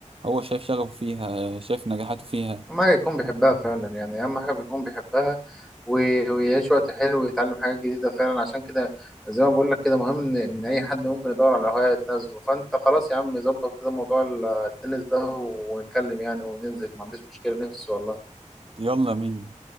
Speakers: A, on the right; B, in the centre.
A: هو شايف شغفه فيها آه، شايف نجاحاته فيها
B: أهم حاجة يكون بيحبها فعلا يعني أهم حاجة بيكون بيحبها و- ويعيش وقت حلو ويتعلم حاجات جديدة فعلا عشان كده زي ما بقول لك كده مهم إن إن أي حد ممكن يدور على هواية تناسبه فأنت خلاص يا عم ظبط كده موضوع التنس ده ونتكلم يعني وننزل ما عنديش مشكلة نفسي والله
A: يلا مين